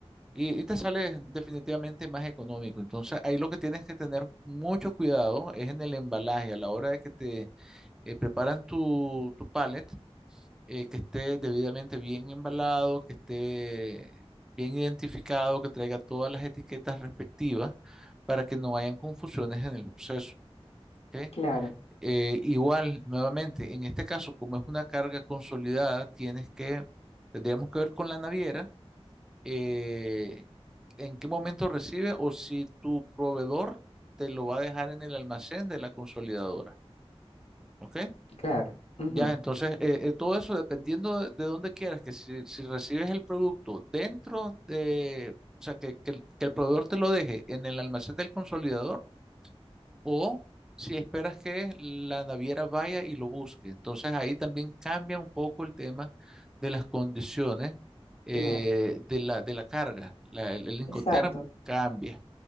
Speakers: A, in the centre; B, on the left.
A: Y, y te sale definitivamente más económico. Entonces, ahí lo que tienes que tener mucho cuidado es en el embalaje, a la hora de que te eh, preparan tu, tu pallet, eh, que esté debidamente bien embalado, que esté bien identificado, que traiga todas las etiquetas respectivas para que no hayan confusiones en el proceso. ¿ok?
B: claro,
A: Eh, igual, nuevamente, en este caso, como es una carga consolidada, tienes que, tendríamos que ver con la naviera eh, en qué momento recibe o si tu proveedor te lo va a dejar en el almacén de la consolidadora. ¿Ok?
B: claro, ujú,
A: Ya, entonces, eh, eh, todo eso dependiendo de, de dónde quieras, que si, si recibes el producto dentro de, o sea, que, que el, que el proveedor te lo deje en el almacén del consolidador o si esperas que la naviera vaya y lo busque. Entonces ahí también cambia un poco el tema de las condiciones eh,
B: claro,
A: de la, de la carga. La- el, el Incoterm
B: exacto.
A: cambia